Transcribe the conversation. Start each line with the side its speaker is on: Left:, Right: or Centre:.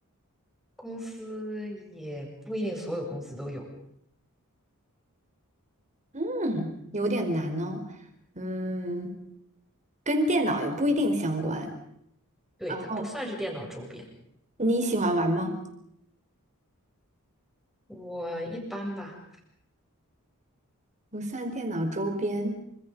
Centre: 公司也不一定所有公司都有。
Right: 嗯，有点难哦。嗯，跟电脑也不一定相关。
Centre: 对，
Right: 哦，
Centre: 它不算是电脑周边，
Right: 你喜欢玩吗？
Centre: 我一般吧，
Right: 不算电脑周边。